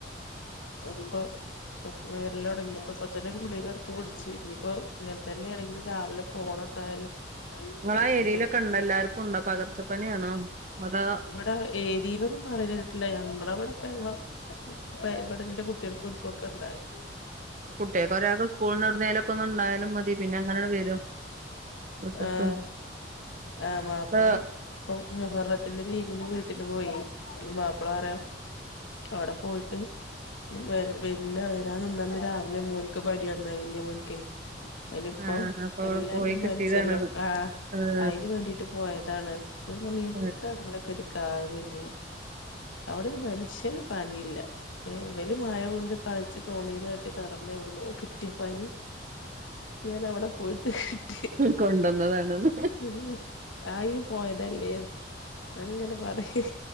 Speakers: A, on the left; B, on the right.
A: അപ്പൊ ഇപ്പ വെര്ലൊടങ്ങിയപ്പൊ അപ്പതന്നെ ഒരു ഗുളിക ഇട് ത്ത് കുടിച്ച് ഇനിയിപ്പോ ഇങ്ങനെ തന്നെയാണെങ്കിൽ രാവിലെ പോണം എന്തായാലും
B: ങ്ങളെ
A: ഹോസ്പിറ്റൽക്ക്
B: ആഹ് ഏരിയയിലൊക്കെണ്ടോ എല്ലാർക്കുംണ്ടോ പകർച്ചപ്പനിയാണോ അതോ
A: ടെ ഏരിയയിലൊന്നും പറയിണേട്ട്ല ഞങ്ങളവിടെപ്പ ഞങ്ങളാ പ്പെ ഇവിടെ ന്റെ കുട്ടിയേള്ക്കും ഇൻകൊക്കെണ്ടായി
B: കുട്ടിയാകൊരാക്ക് സ്കൂൾന്നെവ്ട്ന്നേലൊക്കെന്ന് ണ്ടായാലും മതി പിന്നെ അങ്ങനെണ് വരും വീട്ട്ക്ക്
A: ആഹ് ആഹ് മാപ്പള
B: ഇപ്പ
A: ഇപ്പം മുഹറത്തിന്റെ ലീവിന് വീട്ടില് പോയെയ് അപ്പൊ മാപ്പിള റ്യാ അവിടെ പോയിട്ട് വെര് വെല്ല വരാന്നിന്നന്ന് രാവിലെ മോന്ക് പനി വന്ന് വല്യേ മോൻക്കേയ് അയ്ല് പ്പോ
B: ആഹ് അപ്പൊ അവിടെ
A: എല്ലാര്ക്കും
B: പോയി കിട്ടിയതാണ്ന്ന്
A: പനിച്ചല്ലോ ആഹ്
B: ഏഹ്
A: അയ്ന് വേണ്ടിട്ട് പോയതാണ് ഞാൻ പറഞ്ഞ് എന്താങ്ങളൊക്കെ
B: ഉം
A: ഒരു കാര്യല്ലേ അവ്ടെ ഒരു മനുഷ്യന് പനിയില്ല ഏഹ് ഇവല് മയ കൊണ്ട് കളിച്ചു തോണിയതാട്ടി നടന്ന് എവിട്ന്നോ കിട്ടിയപ്പനി ഞാനഅവിടെ പോയിട്ട് കിട്ടി
B: കൊണ്ടെന്നതാണ്ന്ന്
A: ഇഹ് ഹ് ആയിന് പോയതല്ലേ അങ്ങനെ പറിം